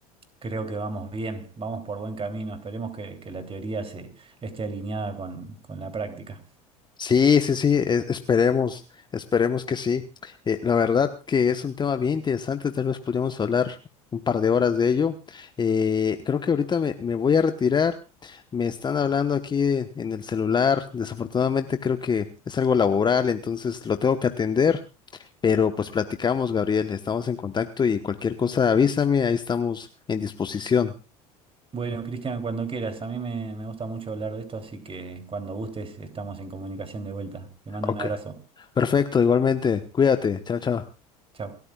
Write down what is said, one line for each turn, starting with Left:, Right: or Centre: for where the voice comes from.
Right: creo que vamos bien, vamos por buen camino. Esperemos que, que la teoría se esté alineada con, con la práctica.
Left: Sí, sí, sí, e- esperemos, esperemos que sí. Eh, la verdad que es un tema bien interesante, tal vez podríamos hablar un par de horas de ello. Eh, creo que ahorita me, me voy a retirar, me están hablando aquí en, en el celular, desafortunadamente creo que es algo laboral, entonces lo tengo que atender, pero pues platicamos, Gabriel, estamos en contacto y cualquier cosa avísame, ahí estamos en disposición.
Right: Bueno, Cristian, cuando quieras, a mí me, me gusta mucho hablar de esto, así que cuando gustes estamos en comunicación de vuelta. Te mando
Left: Ok.
Right: un abrazo.
Left: Perfecto, igualmente, cuídate, chao, chao.
Right: Chao.